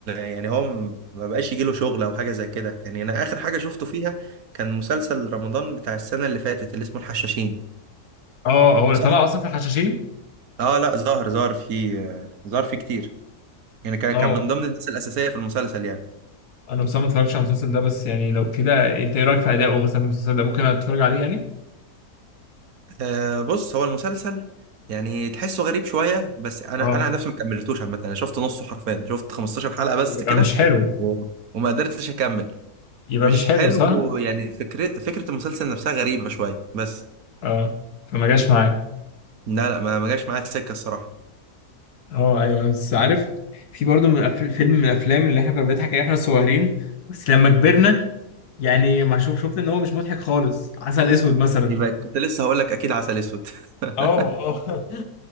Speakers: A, on the right (about 70°); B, on the left (about 75°).
A: يعني هو م- ما بقاش يجيله شغل او حاجه زي كده يعني انا اخر حاجه شفته فيها كان مسلسل رمضان بتاع السنه اللي فاتت اللي اسمه الحشاشين
B: اه هو اللي
A: صح
B: طلع أصلا في الحشاشين
A: اه لا ظهر ظهر فيه ظهر فيه كتير يعني كان
B: اه
A: كان من ضمن الناس الاساسيه في المسلسل يعني
B: أنا بصراحة ما اتفرجتش على المسلسل ده بس يعني لو كده أنت إيه رأيك في أدائه مثلا في المسلسل ده ممكن أتفرج عليه يعني
A: آه بص هو المسلسل يعني تحسه غريب شويه بس انا
B: اه
A: انا عن نفسي ما كملتوش عامه انا شفت نصه حرفيا شفت 15 حلقه بس
B: يبقى
A: كده
B: مش حلو
A: و- وما قدرتش اكمل
B: يبقى
A: مش
B: مش حلو
A: حلو
B: صح؟
A: يعني فكرة فكرة المسلسل نفسها غريبة شوية بس
B: اه فما جاش معاك
A: لا لا ما ما جاش معايا السكة الصراحة
B: اه ايوه بس عارف في برضه من أف- فيلم من الافلام اللي احنا كنا بنضحك عليه احنا صغيرين بس لما كبرنا يعني ما شوف شفت ان هو مش مضحك خالص عسل اسود مثلا
A: يبقى كنت لسه هقول لك اكيد عسل اسود <laughs>
B: اه اه <laughs>